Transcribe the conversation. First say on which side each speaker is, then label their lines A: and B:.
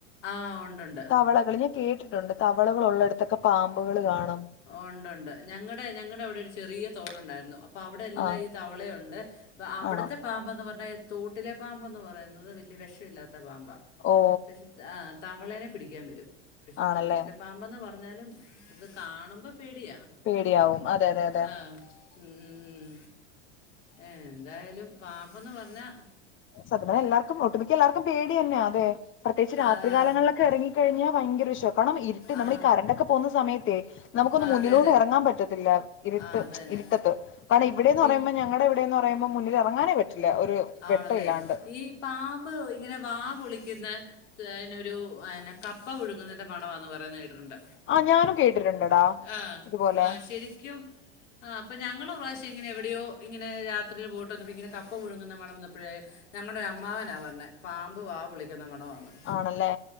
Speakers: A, on the left; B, on the left.
A: ആഹ് ഉണ്ടുണ്ട്
B: ത്ത് തവളകൾ ഞാൻ കേ ട്ടിണ്ടേ തവളകൾള്ളടത്തൊക്കെ പാമ്പുകൾ കാണും
A: ഓഹ് ഉണ്ട് ഉണ്ട് ഞങ്ങളുടെ ഞങ്ങളുടെ അവിടെ ഒരു ചെറിയ തോടുണ്ടായിരുന്നു അപ്പ അവിടെ എല്ലാം
B: ആഹ്
A: ഈ തവളയുണ്ട് അപ അവിടത്തെ
B: ആണോ
A: പാ പറ തോട്ടിലെ പാമ്പന്ന് പറയുന്നത് വല്ല്യ വിഷല്ലാത്ത പാമ്പ
B: ഓ
A: പക്ഷെ ആഹ് തവളേനെ പിടിക്കാൻ വരും പക്ഷെ
B: ആണല്ലേ
A: തോട്ടിലെ പാമ്പന്ന് പറഞ്ഞാലും ഇത് കാണുമ്പോൾ പേടിയാണ്
B: പേടിയാവും അതെ അതെ അതെ
A: ആഹ് ഉം എന്തായാലും പാമ്പന്ന് പറഞ്ഞാൽ
B: സത്യം പറഞ്ഞ എല്ലാർക്കും ഒട്ടുമിക്ക എല്ലാർക്കും പേ ന്നെ അതെ പ്രത്യേകിച്ച്
A: ആ
B: രാത്രികാലങ്ങളിലൊക്കെ
A: ആ.
B: ഇറങ്ങി കഴിഞ്ഞാൽ ഭയങ്കര വിഷം കാരണം ട്ട് നമ്മൾ
A: ആ.
B: ഈ കറണ്ടൊക്കെ പോകുന്ന സമയത്തെ നമുക്കൊന്ന്
A: ആ
B: മുന്നിലോടെ
A: അതെ അതെ.
B: ഇറങ്ങാൻ പറ്റത്തില്ല ഇരുട്ട്
A: ആ അത് തന്നെ.
B: ഇരുട്ടത്ത് കാരണം ഇവിടെന്ന്
A: പിൻ
B: പറയുമ്പ ഞങ്ങളുടെ ഇവിടെന്ന് പറയുമ്പോ മുന്നിൽ ഇറങ്ങാനേ പറ്റില്ല ഒരു വെട്ടം
A: ആണല്ലേ
B: ഇല്ലാണ്ട്
A: ഈ പാമ്പ് ഇങ്ങനെ വാ പൊളിക്കുന്ന ഒരുന്നെ കപ്പ പുഴുങ്ങുന്നന്റെ മണമാന്ന് പറയുന്നത് കേട്ടിട്ടുണ്ട്
B: ആ ഞാനും കേട്ടിട്ടുണ്ടെടാ
A: ആഹ്
B: ഇതുപോലെ
A: ആഹ് ശരിക്കും ആഹ് അപ്പൊ ഞങ്ങളൊരു പ്രാവശ്യം ഇങ്ങനെ എവിടെയോ ഇങ്ങനെ രാത്രിൽ പോയിട്ട് വന്ന ഇങ്ങനെ കപ്പ പുഴുങ്ങുന്ന മ മണം വന്നപ്പോഴേ ഞങ്ങളുടെ അമ്മാവനാണ് പറഞ്ഞത് പാമ്പ് വാ പൊളിക്കുന്ന മണ വാന്ന്
B: ആണല്ലേ